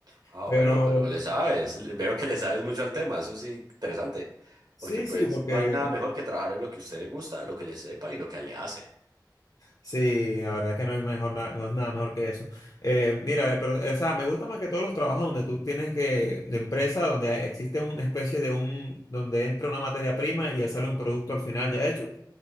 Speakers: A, on the right; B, on the left.
A: Ah,
B: Pero
A: bueno, pero le sabes. le- Veo que le sabes mucho al tema. Eso sí, interesante.
B: sí,
A: Porque pues
B: sí, porque
A: no hay nada mejor que trabajar en lo que a usted le gusta, lo que le sepa y lo que le hace.
B: sí, la verdad es que no hay mejor, na- no es nada mejor que eso. Eh, mira, eh, pero, o sea, me gusta más que todos los trabajos donde tú tienes que, de empresa, donde existe una especie de un, donde entra una materia prima y ya sale un producto al final ya hecho.